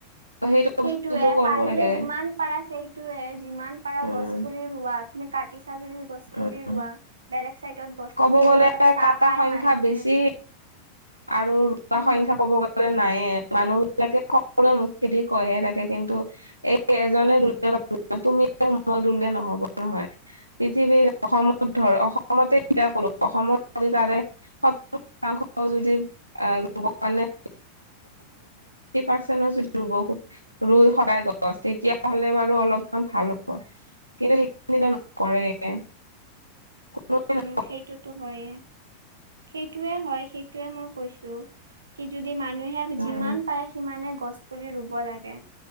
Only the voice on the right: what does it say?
সেইটোৱে
পাৰিলে
যিমান পাৰা সেইটোয়ে যিমান পাৰা
গছ পুলি ৰোৱাত তুমি কাটিছা যদি গছ পুলি
ৰুৱা বেলেগ চাইডত গছ
পুলি
ৰোৱা অলপ চাহ
পায়
মানুহে
উম
উম সেইটোতো হয়য়ে, সেইটোয়ে হয়, সেইটোয়ে মই কৈছো কি যদি মানুহে
যিমান পাৰে সিমানে গছ পুলি ৰুব লাগে।